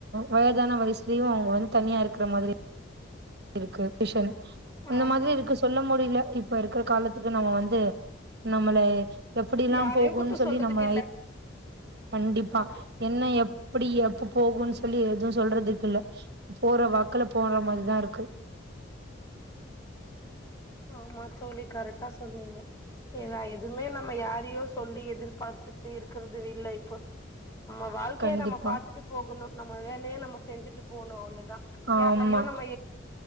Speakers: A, on the right; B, on the left.
A: வயதான வயசுலயு அவங்க வந்து தனியா இருக்கிற மாதிரி இருக்கு விஷன் இந்த
B: ஆமா
A: மாதிரி இருக்கு சொல்ல முடியல இப்ப இருக்கிற காலத்துக்கு நம்ம வந்து நம்மளை எப்டில்லாம்
B: யாரையு
A: போகும்ன்னு
B: குத்த
A: சொல்லி
B: சொல்றதுக்கு
A: நம்ம
B: இல்ல
A: கண்டிப்பா
B: ஆமா
A: என்ன எப்டி இப்ப போகும்ன்னு சொல்லி எதுவும் சொல்றதுக்குல்ல போற வாக்குல போற மாரிதா இருக்கு க்கு
B: ஆமா தோழி கரெக்டா சொன்னீங்க ஏன்னா எதுவுமே நம்ம யாரையோ சொல்லி எதிர்பார்த்துட்டே இருக்கறது இல்ல இப்போ நம்ம வாழ்க்கைய
A: கண்டிப்பா
B: நம்ம பாத்துட்டு போகணும் நம்ம வேலைய நம்ம செஞ்சுட்டு போணும் அவ்ள தான்
A: ஆமா
B: யாரையோ நம்ம